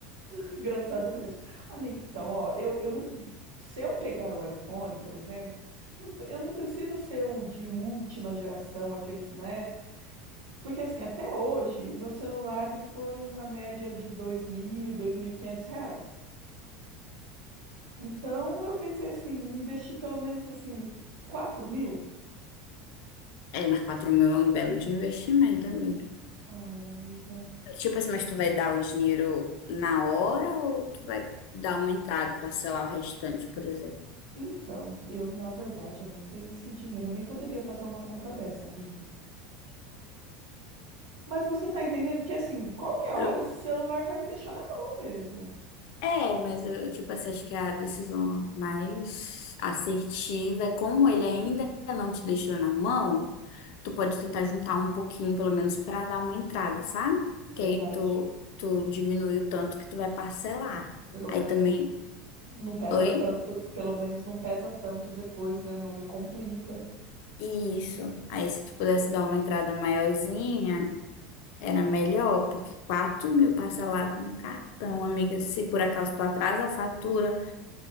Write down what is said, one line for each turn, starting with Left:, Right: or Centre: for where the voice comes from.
Right: Engraçado mesmo. Amiga, então, ó, eu, eu não. Se eu pegar o iPhone, por exemplo, não- eu não precisa ser o de última geração, aqueles, né? Porque, assim, até hoje, os meus celulares foram na média de dois dois mil, dois mil e quinhentos reais. Então, eu pensei assim, investir pelo menos, assim, quatro mil.
Left: É, mas quatro mil é um belo de investimento, amiga.
Right: Ai, amiga.
Left: Tipo assim, mas tu vai dar o dinheiro na hora ou tu vai dar uma entrada e parcelar o restante, por exemplo?
Right: Então, eu, na verdade, eu nem tenho esse dinheiro, eu nem poderia fazer uma conta dessa, amiga. Mas você tá entendendo que, assim, qualquer hora
Left: Tu-
Right: esse celular vai me deixar na mão mesmo.
Left: É, mas eu, tipo assim, acho que a decisão mais assertiva é como ele ainda não te deixou na mão, tu pode tentar juntar um pouquinho, pelo menos, para dar uma entrada, sabe? Que
Right: Verdade.
Left: aí tu, tu diminui o tanto que tu vai parcelar.
Right: Pelo
Left: Aí
Right: menos
Left: também.
Right: não, não pesa
Left: Oi?
Right: tanto, pelo menos não pesa tanto depois, né? Não me complica.
Left: Isso. Aí se tu pudesse dar uma entrada maiorzinha. Era melhor, porque quatro mil parcelado no cartão, amiga. Se por acaso tu atrasa a fatura,